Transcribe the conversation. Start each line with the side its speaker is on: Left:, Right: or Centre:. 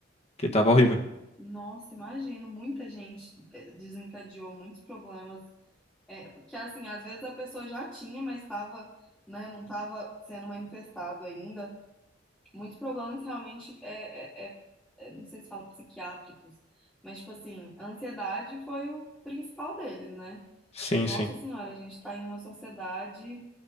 Left: que
Centre: Não,
Left: tava horrível.
Centre: ah. nossa, imagino, muita gente eh, desencadeou muitos problemas, é, que assim, às vezes a pessoa já tinha, mas estava, né, não estava sendo manifestado ainda. Muitos problemas realmente, é, é, é- é, não sei se fala psiquiátricos, mas tipo assim, a ansiedade foi o principal deles, né?
Left: Sim,
Centre: Nossa
Left: sim.
Centre: Senhora, a gente está em uma sociedade